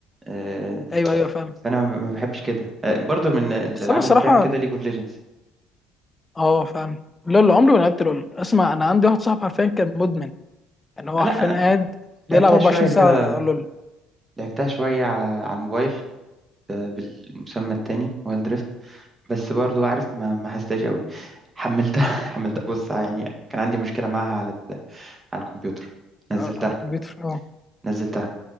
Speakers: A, on the right; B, on the left.
A: آه،
B: ايوه ايوه فعلا
A: فأنا ما ما بحبش كده آه، برضه من الألعاب
B: بس انا الصراحه
A: اللي بتعمل كده ليج اوف ليجندز
B: اه فعلا لول عمري ما لعبت لول اسمع انا عندي واحد صاحبي حرفيا كان مدمن يعني هو
A: لا
B: حرفيا
A: أنا
B: قاعد بيلعب
A: لعبتها
B: 24
A: شوية كده
B: ساعه لول
A: لعبتها شوية ع- على الموبايل آه، بالمسمى التاني وايلد بس برضو عارف ما ما حستهاش قوي حملتها <laughs> حملتها بص يعني كان عندي مشكلة معاها على ال... على الكمبيوتر نزلتها
B: على على الكمبيوتر اه
A: نزلتها